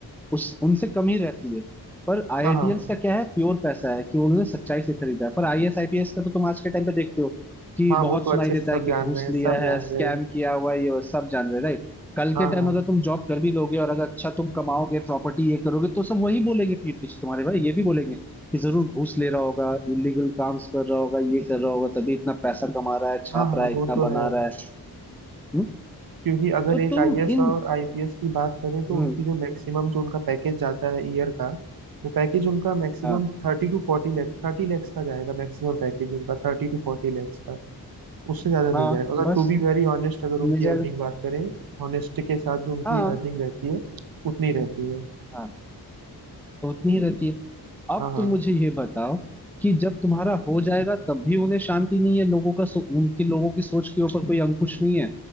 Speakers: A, in the centre; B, on the right.
A: उस उनसे कम ही रहती है पर आईआईटियंस
B: हाँ हाँ
A: का क्या है प्योर पैसा है कि उन्होंने सच्चाई से खरीदा है पर आईएएस आईपीएस का तो तुम आज के टाइम पे देखते हो कि
B: हाँ
A: बहुत
B: वो तो
A: सुनाई
B: अच्छे
A: देता
B: से सब
A: है कि
B: जान
A: घूस
B: रहे हैं
A: लिया
B: सब
A: है
B: जान
A: स्कैम
B: रहे हैं
A: किया हुआ है, ये वो सब जान रहे राइट कल के
B: हाँ
A: टाइम
B: हाँ
A: अगर तुम जॉब कर भी लोगे और अगर अच्छा तुम कमाओगे प्रॉपर्टी ये करोगे तो सब वही बोलेंगे पीठ पीछे तुम्हारे भाई ये भी बोलेंगे कि जरूर घूस ले रहा होगा इलीगल काम्स कर रहा होगा ये कर रहा होगा तभी इतना पैसा कमा रहा है छाप
B: हाँ हाँ
A: रहा है इतना
B: वो तो
A: बना
B: है
A: रहा है हम्म?
B: क्योंकि अगर
A: तो
B: एक
A: तुम
B: आईएएस
A: इन
B: और आईपीएस की बात करें तो
A: हम्म,
B: उनकी जो मैक्सिमम जो उनका पैकेज जाता है ईयर का वो पैकेज उनका मैक्सिमम
A: हाँ
B: थर्टी टू फोर्टी लैक्स थर्टी लैक्स का जाएगा मैक्सिमम पैकेज उनका थर्टी टू फोर्टी लैक्स का उससे ज्यादा नहीं
A: हाँ
B: जाएगा अगर
A: बस
B: टू बी वेरी ऑनेस्ट अगर
A: मिल
B: उनकी
A: जाएगा
B: अर्निंग बात करें ऑनेस्टी के साथ जो उनकी
A: हाँ
B: अर्निंग रहती है उतनी रहती है
A: हाँ तो उतनी ही रहती है अब
B: हाँ हाँ
A: तुम मुझे ये बताओ कि जब तुम्हारा हो जाएगा तब भी उन्हें शांति नहीं है लोगों का सो, उनके लोगों की सोच के ऊपर कोई अंकुश नहीं है